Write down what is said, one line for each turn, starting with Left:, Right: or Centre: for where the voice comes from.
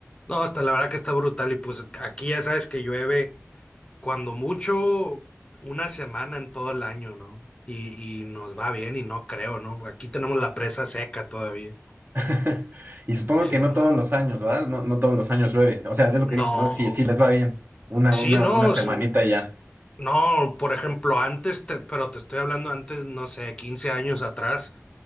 Left: No, hasta la verdad que está brutal y pues aquí ya sabes que llueve cuando mucho una semana en todo el año, ¿no? Y, y nos va bien y no creo, ¿no? Aquí tenemos la presa seca todavía.
Right: <laughs> Y supongo
Left: Sí.
Right: que no todos los años, ¿verdad? No, no todos los años llueve. O sea, es lo
Left: No,
Right: que dices, ¿no? Sí, sí les va bien. Una,
Left: sí,
Right: una,
Left: no,
Right: una semanita
Left: es-
Right: y ya.
Left: no, por ejemplo, antes, te- pero te estoy hablando antes, no sé, 15 años atrás,